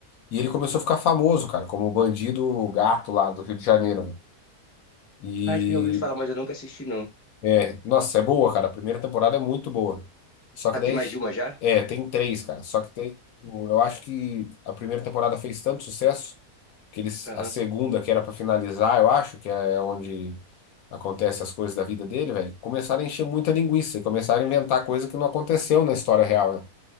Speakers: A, on the left (about 70°); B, on the left (about 20°).
A: e ele começou a ficar famoso, cara, como o bandido gato lá do Rio de Janeiro, né? e
B: Ah, Acho que eu já ouvi falar, mas eu nunca assisti, não.
A: é, nossa, é boa, cara. A primeira temporada é muito boa. Só
B: Ah,
A: que daí.
B: tem mais de uma já?
A: É, tem três, cara. Só que tem. Eu acho que a primeira temporada fez tanto sucesso que eles,
B: Aham,
A: a segunda, que era pra finalizar, eu acho, que é onde acontece as coisas da vida dele, velho, começaram a encher muita linguiça e começaram a inventar coisa que não aconteceu na história real, né?